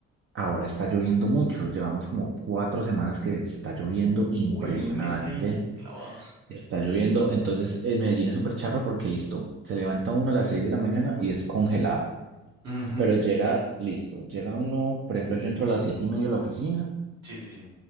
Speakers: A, on the right; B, on the right.
A: ahora está lloviendo mucho. Llevamos como cuatro semanas que está lloviendo impresionante.
B: Uy, un mes ahí clavados.
A: Está lloviendo, entonces en Medellín es súper charro porque listo, se levanta uno a las seis de la mañana y es congelado,
B: Ujú,
A: pero llega, listo, llega uno, por ejemplo, yo entro a las siete y media a la oficina.
B: Sí, sí, sí.